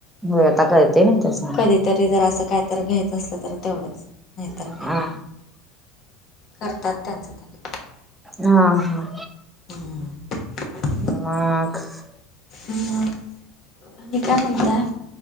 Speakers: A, in the centre; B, on the left.
A: हो आता कळते ना तस.
B: कधीतरी जरा असं काय तर घ्यायचं असलं तर तेवढंच नाहीतर
A: हा
B: नाही.
A: हा
B: करतात त्यांचा त्यांनी.
A: हा हा
B: हम्म
A: म <unintelligible>
B: मग, आणि काय म्हणताय?